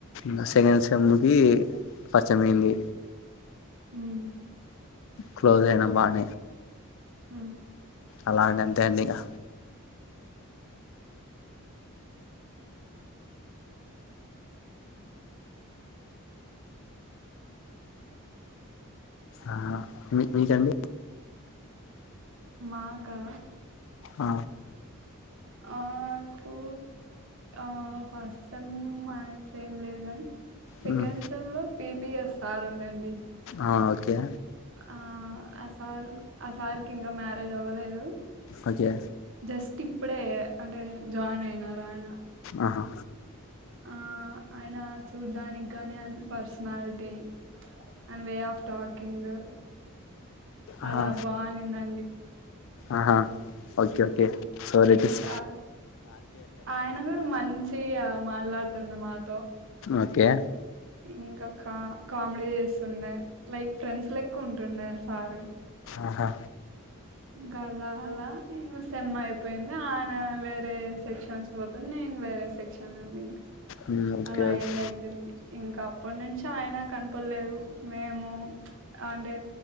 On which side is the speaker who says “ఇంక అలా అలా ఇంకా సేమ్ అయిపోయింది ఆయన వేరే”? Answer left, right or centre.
Right